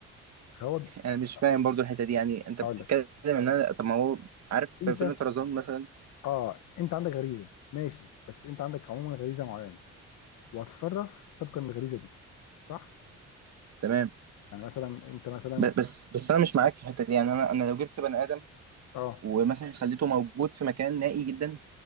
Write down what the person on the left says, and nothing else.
فهو
ف-
هقول لك
انت
اه انت عندك غريزه ماشي بس انت عندك عموما غريزه معينه وهتتصرف طبقا للغريزه دي صح
يعني مثلا انت مثلا
اه